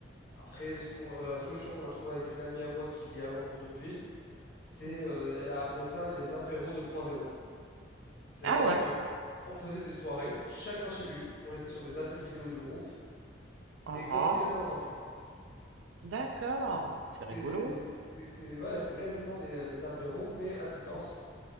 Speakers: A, on the left (about 55°); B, on the right (about 80°).
A: Après, ce qu'on, la solution qu'on a trouvée avec une amie à moi qui vit à Londres depuis, c'est,
B: ou-
A: euh, elle a appelé ça les apéros 2.0. C'est-à-dire
B: Ah ouais,
A: que on faisait des soirées, chacun chez lui. On était sur des appels vidéo de groupe.
B: uhum.
A: et comme s'ils étaient ensemble.
B: D'accord,
A: C'était
B: c'est rigolo.
A: des, c'était, c'était- ouais, c'est quasiment des, des apéros, mais à distance,